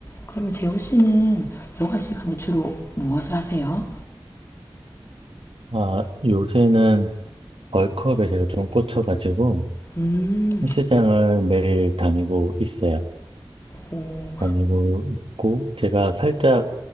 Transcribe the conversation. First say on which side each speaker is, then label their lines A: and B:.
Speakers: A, on the left; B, on the right.
A: 그러면 재호 씨는 여가 시간에 주로 무엇을 하세요?
B: 아, 요새는 벌크업에 제가 좀 꽂혀가지고
A: 음,
B: 헬스장을 매일 다니고 있어요.
A: 오,
B: 다니고 있고 제가 살짝